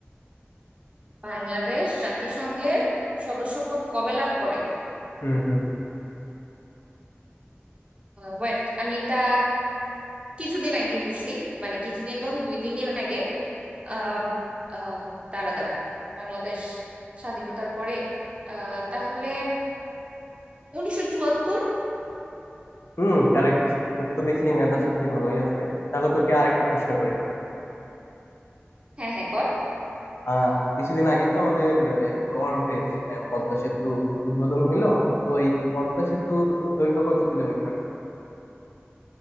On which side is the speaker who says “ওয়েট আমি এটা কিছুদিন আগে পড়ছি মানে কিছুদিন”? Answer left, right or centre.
Right